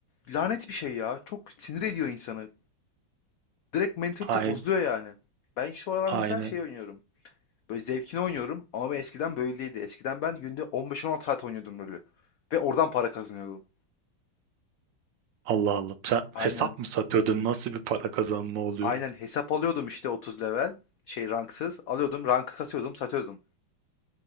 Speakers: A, on the left; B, on the right.
A: lanet bir şey ya. Çok sinir ediyor insanı. Direkt mentalite
B: Aynen.
A: bozuluyor yani. Ben şu aralar
B: Aynen.
A: mesela şey oynuyorum. Böyle zevkini oynuyorum ama ben eskiden böyleydi. Eskiden ben günde 15-16 saat oynuyordum LoL'ü. Ve oradan para kazanıyordum.
B: Allah Allah. Sen
A: Aynen.
B: hesap mı satıyordun? Nasıl bir para kazanma oluyor?
A: Aynen hesap alıyordum işte 30 level. Şey ranksız. Alıyordum, rankı kasıyordum, satıyordum.